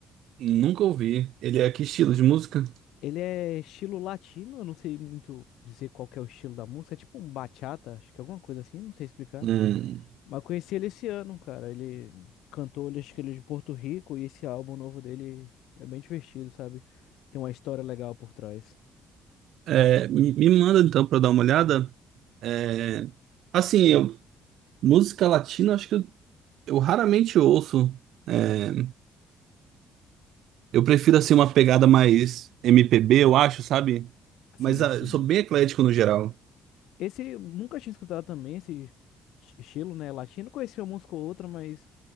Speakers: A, on the right; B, on the left.
A: Nunca ouvi. Ele é que estilo de música?
B: Ele é estilo latino, eu não sei muito dizer qual que é o estilo da música. É tipo um bachata, acho que é alguma coisa assim, não sei explicar.
A: Hum.
B: Mas conheci ele esse ano, cara. Ele cantou, ele, acho que ele é de Porto Rico e esse álbum novo dele é bem divertido, sabe? Tem uma história legal por trás.
A: É, me me manda então pra dar uma olhada. É, assim, eu- música latina, acho que eu, eu raramente ouço. É, eu prefiro assim uma pegada mais MPB, eu acho, sabe?
B: Sim,
A: Mas ah,
B: sim.
A: eu sou bem eclético no geral.
B: Esse nunca tinha escutado também esse ch- estilo, né? Latino, conhecia uma música ou outra, mas